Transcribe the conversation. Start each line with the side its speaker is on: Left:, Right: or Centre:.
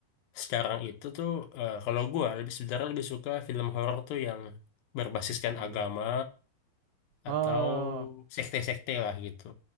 Left: Sekarang itu tuh eh, kalau gua lebih sebenarnya lebih suka film horor tuh yang berbasiskan
Right: gimana
Left: agama
Right: tuh oh
Left: atau sekte-sekte lah gitu.